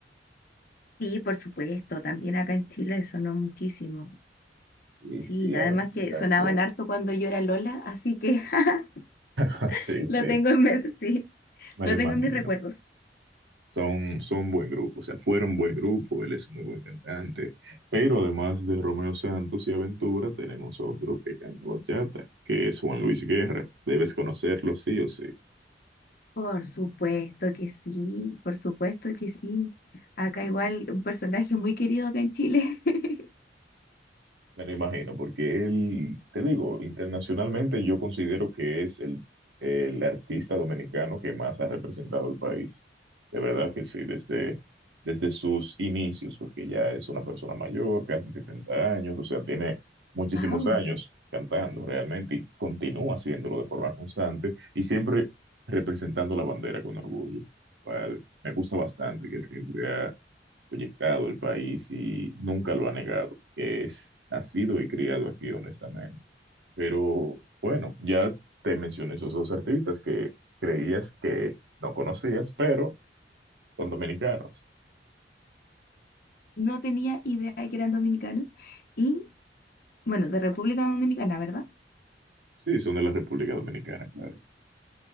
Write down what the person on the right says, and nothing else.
Sí,
sí,
aventura
es bueno.
<laughs> Sí, sí,
me
lo imagino.
Son, son buen grupo, o sea, fueron buen grupo, él es muy buen cantante, pero además de Romeo Santos y Aventura, tenemos otro que canta bachata, que es Juan Luis Guerra, debes conocerlo sí o sí.
Me lo imagino, porque él, te digo, internacionalmente yo considero que es el, el artista dominicano que más ha representado al país. De verdad que sí, desde, desde sus inicios, porque ya es una persona mayor, casi 70 años, o sea, tiene muchísimos
años cantando realmente y continúa haciéndolo de forma constante y siempre representando la bandera con orgullo. cual Me gusta bastante que siempre ha proyectado el país y nunca lo ha negado. Es nacido y criado aquí, honestamente. Pero bueno, ya te mencioné esos dos artistas que creías que no conocías, pero son dominicanos.
Sí, son de la República Dominicana, claro.